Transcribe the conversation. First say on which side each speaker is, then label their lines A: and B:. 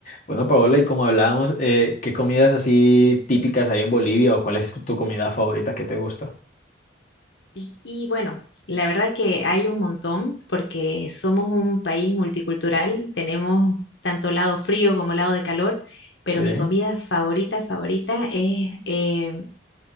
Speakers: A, on the left; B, on the left.
A: Bueno, Paola, y como hablábamos, eh, ¿qué comidas así típicas hay en Bolivia o cuál es tu comida favorita que te gusta?
B: Y bueno, la verdad que hay un montón porque somos un país multicultural, tenemos tanto lado frío como lado de calor, pero
A: Sí.
B: mi comida favorita, favorita es eh,